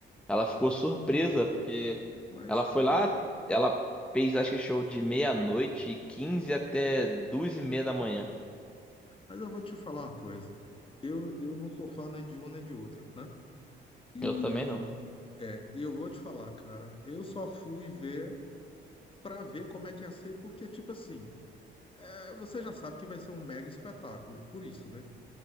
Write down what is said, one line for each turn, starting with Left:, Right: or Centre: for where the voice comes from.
Centre: Ela ficou
Left: É.
Centre: surpresa porque
Left: Mas
Centre: ela foi lá,
Left: eu vou,
Centre: ela fez acho que show de meia-noite e 15 até duas e meia da manhã.
Left: mas eu vou te falar uma coisa. Eu, eu não sou fã nem de um nem de outro, né? E,
Centre: Eu também não.
Left: é, e eu vou te falar, cara, eu só fui ver pra ver como é que ia ser, porque, tipo assim, é, você já sabe que vai ser um mega espetáculo, por isso, né?